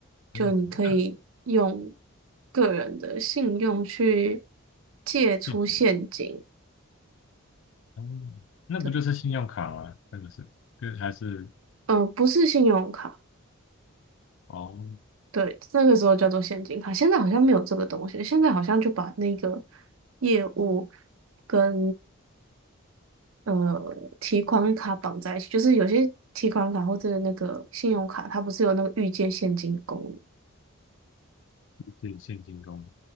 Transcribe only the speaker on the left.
嗯那
谢谢。哦，那不就是信用卡吗？
那个是，就是还是
哦，
自己现金功能